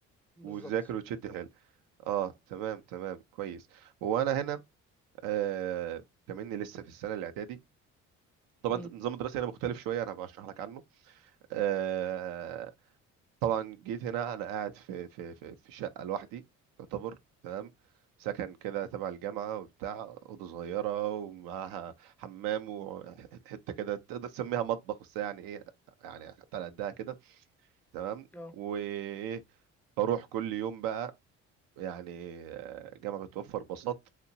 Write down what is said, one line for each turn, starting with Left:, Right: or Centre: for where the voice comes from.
Centre: بالظبط
Right: وتذاكر وتشد حيل اه تمام تمام كويس هو انا هنا آه كمني لسه في السنه الاعدادي طبعا
Centre: امم
Right: نظام الدراسه هنا مختلف شويه انا هبقى اشرح لك عنه آه طبعا جيت هنا انا قاعد في في في, في شقه لوحدي يعتبر تمام سكن كده تبع الجامعه وبتاع اوضه صغيره ومعاها حمام وحته كده تقدر تسميها مطبخ بس يعني ايه يعني حتى على قدها كده تمام
Centre: اه
Right: وايه بروح كل يوم بقى يعني آه، جامعه بتوفر باصات